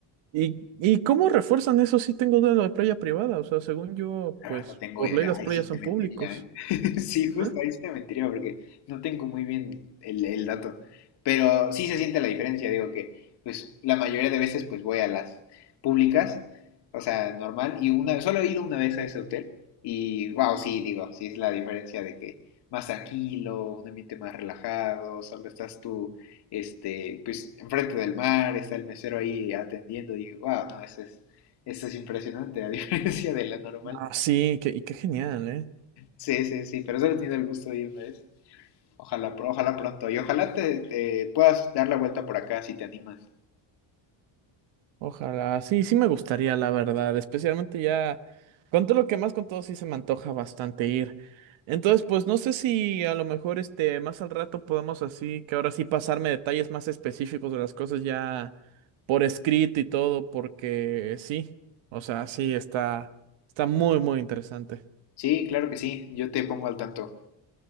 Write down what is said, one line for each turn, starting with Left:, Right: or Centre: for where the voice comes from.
Right: ¿Y, y cómo refuerzan eso si tengo de la playa privada? O sea, según yo,
Left: La
Right: pues
Left: verdad no tengo
Right: por
Left: idea,
Right: ley las
Left: ahí
Right: playas
Left: sí te
Right: son
Left: mentiría,
Right: públicos.
Left: ¿eh? <laughs> Sí, justo
Right: ¿Eh?
Left: ahí sí te mentiría porque no tengo muy bien el, el dato. Pero sí se siente la diferencia, digo que pues la mayoría de veces pues voy a las públicas, o sea, normal, y una solo he ido una vez a ese hotel y wow, sí, digo, sí es la diferencia de que más tranquilo, un ambiente más relajado, solo estás tú, este, pues enfrente del mar, está el mesero ahí atendiendo y wow, no, eso es, eso es impresionante, a <laughs> diferencia de la normal.
Right: Ah, sí, que y qué genial, ¿eh?
Left: Sí, sí, sí, pero solo he tenido el gusto de ir una vez. Ojalá, pr- ojalá pronto. Y ojalá te, te puedas dar la vuelta por acá si te animas.
Right: Ojalá, sí, sí me gustaría, la verdad, especialmente ya, con todo lo que más con todo sí se me antoja bastante ir. Entonces, pues no sé si a lo mejor este, más al rato podemos así, que ahora sí pasarme detalles más específicos de las cosas ya por escrito y todo, porque sí, o sea, sí, está, está muy, muy interesante.
Left: Sí, claro que sí. Yo te pongo al tanto.